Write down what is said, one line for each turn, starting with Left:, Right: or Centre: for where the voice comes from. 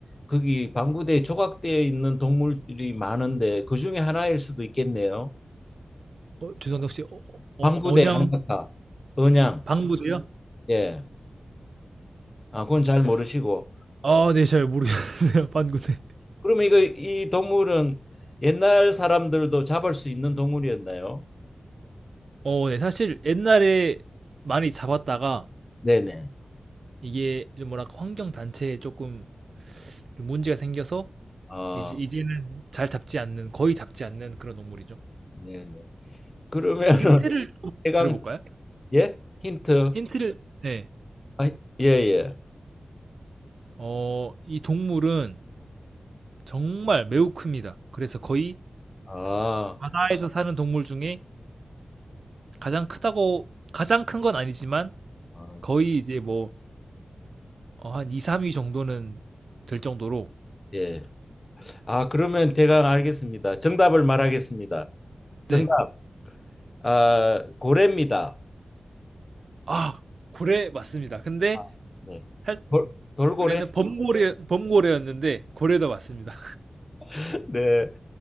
Left: 거기 방구대에 조각되어 있는 동물이 많은데 그 중에 하나일 수도 있겠네요.
Right: 어, 죄송한데 혹시 어, 어, 어,
Left: 방구대
Right: 언양
Left: 안타까 언양.
Right: 방구대요?
Left: 예. 아, 그건 잘 모르시고.
Right: 아, 네, 잘 모르겠네요. <laughs> 방구대.
Left: 그러면 이거 이 동물은 옛날 사람들도 잡을 수 있는 동물이었나요?
Right: 어, 네, 사실 옛날에 많이 잡았다가
Left: 네네.
Right: 이게 좀 뭐랄까 환경 단체에 조금 좀 문제가 생겨서
Left: 아,
Right: 이제 이제는 잘 잡지 않는 거의 잡지 않는 그런 동물이죠.
Left: 네네. 그러면은
Right: 좀 힌트를
Left: <laughs>
Right: 좀
Left: 해강
Right: 드려 볼까요?
Left: 예? 힌트.
Right: 힌트를 네.
Left: 아, 예, 예.
Right: 어 이 동물은 정말 매우 큽니다. 그래서 거의
Left: 아,
Right: 바다에서 사는 동물 중에 가장 크다고 가장 큰 건 아니지만
Left: 아,
Right: 거의 이제 뭐 어 한 2-3위 정도는 될 정도로
Left: 예. 아, 그러면 대강 알겠습니다. 정답을 말하겠습니다. 정답.
Right: 네.
Left: 아, 고래입니다.
Right: 아 고래 맞습니다. 근데
Left: 아, 네.
Right: 살
Left: 돌, 돌고래?
Right: 원래는 범고래 범고래였는데 고래도 맞습니다.
Left: <laughs> 네.